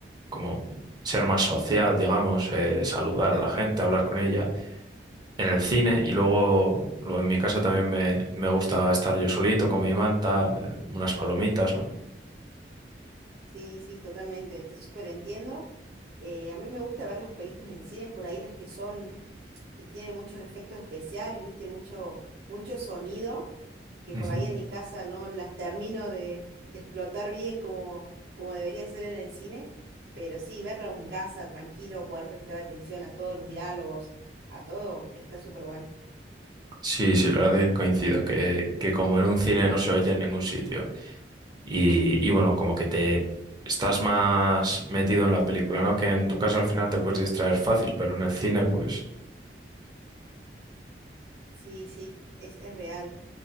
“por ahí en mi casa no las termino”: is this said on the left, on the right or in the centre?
Right